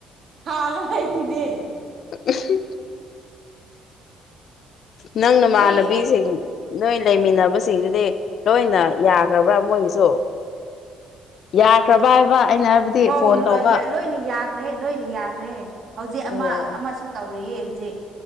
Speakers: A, on the right; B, on the left.
A: ꯍꯥꯎꯏ <unintelligible>
B: <inaudible> ꯅꯪ ꯅꯃꯥꯟꯅꯕꯤꯁꯤꯡ
A: ꯑꯩꯈꯣꯏ
B: ꯅꯣꯏ ꯂꯩꯃꯤꯟꯅꯕꯁꯤꯡꯗꯨꯗꯤ ꯂꯣꯏꯅ ꯌꯥꯈ꯭ꯔꯕ꯭ꯔꯥ ꯃꯣꯏꯒꯤꯁꯨ ꯌꯥꯈ꯭ꯔꯕ ꯍꯥꯏꯕ ꯑꯩꯅ ꯍꯥꯏꯕꯗꯤ
A: ꯑꯥꯎ
B: ꯐꯣꯟ ꯇꯧꯕ
A: ꯂꯣꯏꯅ ꯌꯥꯈ꯭ꯔꯦ ꯂꯣꯏꯅ ꯌꯥꯈ꯭ꯔꯦ ꯍꯧꯖꯤꯛ ꯑꯃ
B: ꯑꯣ
A: ꯑꯃꯁꯨ ꯇꯧꯔꯤꯌꯦ ꯍꯧꯖꯤꯛ